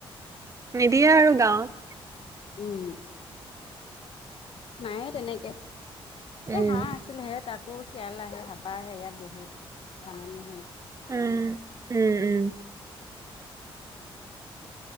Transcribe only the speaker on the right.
নিদিয়ে আৰু গাঁৱত্
উম
উম-উম-উম।